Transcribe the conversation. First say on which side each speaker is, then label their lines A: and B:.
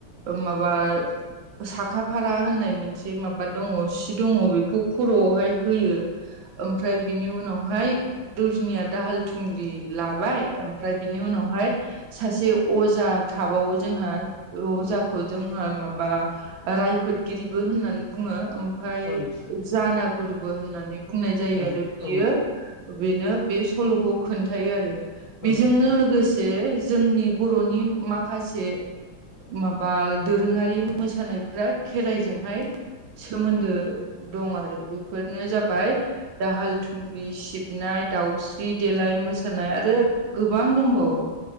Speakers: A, on the right; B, on the left.
A: माबा साखाफारा होननाय मोनसे माबा दङ सि दङ बेखौ खर'आवहाय होयो ओमफ्राय बिनि उनावहाय जुनिया दाहाल थुंग्रि लाबाय ओमफ्राय बिनि उनावहाय सासे अजा थाबावो जोंहा अजाखौ जोंहा माबा रायफोदगिरिबो होननानै बुङो ओमफाय
B: औ नोंथां
A: जानागुरुबो होननानै बुंनाय जायो
B: औ नोंथां
A: आरो बियो
B: औ
A: बेनो बे सल'खौ खोन्थायो आरो
B: औ
A: बेजोंनो
B: नोंथां औ
A: लोगोसे जे जोंनि बर'नि माखासे माबा दोरोङारि मोसानायफ्रा खेराइजोंहाय सोमोन्दो दं आरो बे बेफोरनो जाबाय दाहाल थुंग्रि सिबनाय दाउस्रि देलाय मोस आरो गोबां दंबावो